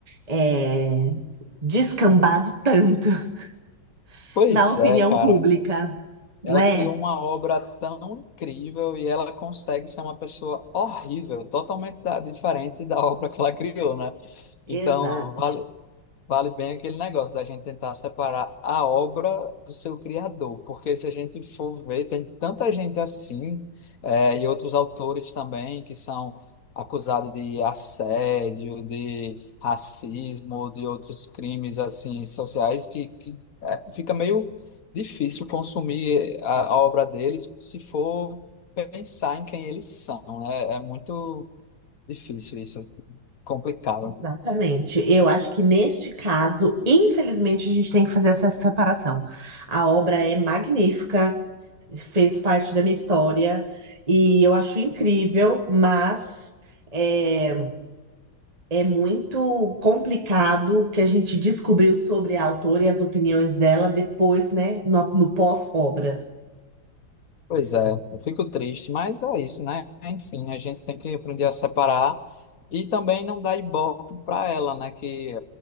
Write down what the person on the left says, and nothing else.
Pois
é, cara.
Ela criou uma obra tão incrível e ela consegue ser uma pessoa horrível, totalmente da- diferente da obra que ela criou, né?
Então, vale, Vale bem aquele negócio da gente tentar separar a obra do seu criador, porque se a gente for ver, tem tanta gente assim, eh, e outros autores também que são acusados de assédio, de racismo, de outros crimes assim sociais, que, que eh, fica meio difícil consumir eh, a, a obra deles se for pensar em quem eles são, né? É muito difícil isso, complicado.
Pois é, eu fico triste, mas é isso, né? Enfim, a gente tem que aprender a separar e também não dar ibope para ela, né? Que